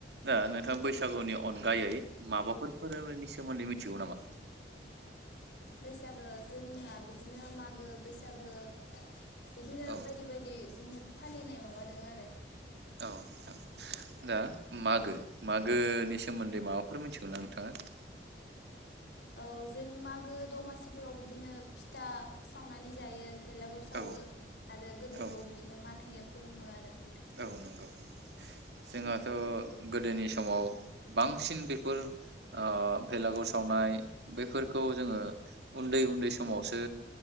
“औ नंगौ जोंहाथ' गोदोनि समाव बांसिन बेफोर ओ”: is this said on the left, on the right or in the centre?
Right